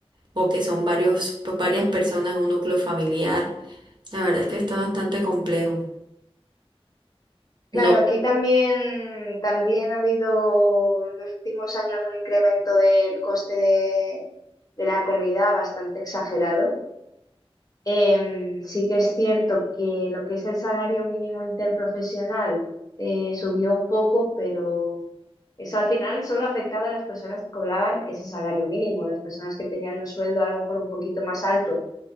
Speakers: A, on the right; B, on the left.
A: o que son varios, varias personas en un núcleo familiar. La verdad es que está bastante complejo.
B: Claro,
A: No
B: aquí también, también ha habido en los últimos años un incremento del coste de, de la comida bastante exagerado. Em, sí que es cierto que lo que es el salario mínimo interprofesional eh, subió un poco, pero eso al final solo ha afectado a las personas que cobraban ese salario mínimo. Las personas que tenían un sueldo a lo mejor un poquito más alto